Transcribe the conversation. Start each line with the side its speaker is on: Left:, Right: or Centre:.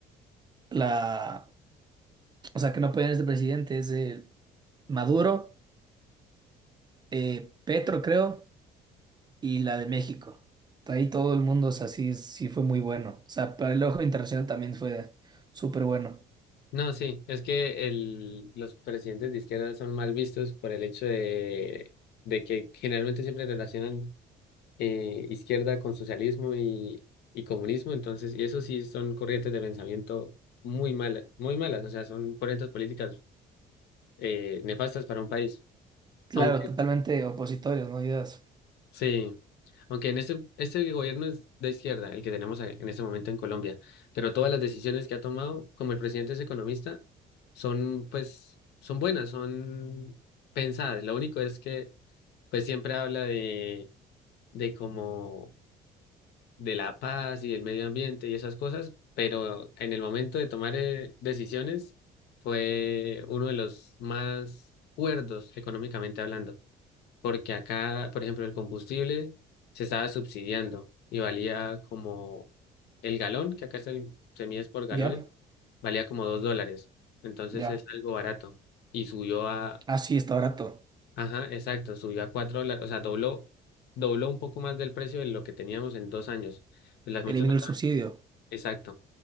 Right: la, o sea, que no apoyaron a este presidente es eh, Maduro, eh, Petro, creo. y la de México. Ahí todo el mundo, o sea, sí, sí fue muy bueno. O sea, para el ojo internacional también fue súper bueno.
Left: No, sí, es que el, los presidentes de izquierda son mal vistos por el hecho de, de que generalmente siempre relacionan eh, izquierda con socialismo y, y comunismo, entonces, y eso sí son corrientes de pensamiento muy malas, muy malas, o sea, son corrientes políticas eh, nefastas para un país.
Right: Claro,
Left: Aunque,
Right: totalmente opositorios, ¿no? Ideas.
Left: sí, aunque en este, este gobierno es de izquierda, el que tenemos a- en este momento en Colombia, pero todas las decisiones que ha tomado, como el presidente es economista, son pues, son buenas, son pensadas. Lo único es que pues siempre habla de, de como de la paz y del medio ambiente y esas cosas, pero en el momento de tomar eh, decisiones fue uno de los más cuerdos económicamente hablando. porque acá, por ejemplo, el combustible se estaba subsidiando y valía como el galón, que acá es el, se mide es por galones,
Right: Ya,
Left: valía como dos dólares. Entonces
Right: ya.
Left: es algo barato. Y subió a,
Right: Ah, sí, está barato.
Left: ajá, exacto, subió a cuatro dólares, o sea, dobló, dobló un poco más del precio de lo que teníamos en dos años. Las muchas
Right: eliminó
Left: personas-
Right: el subsidio.
Left: exacto.